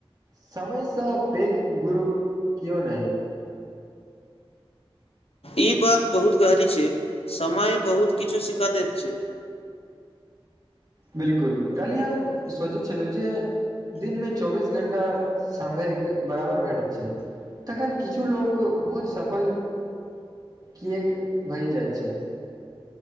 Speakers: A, on the right; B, on the left.
A: समयसँ पैघ गुरु केहुओ नहि।
B: ई बात बहुत गहरी छैय। समय बहुत किछु शिखा दैत छै।
A: बिलकुल काल्हि हम सोचैत छलहुँ, जे दिनमे चौबीस घण्टा समय बराबर भेटैत छै, तखन किछु लोक बहुत सफल किएक भहि जाइत छै।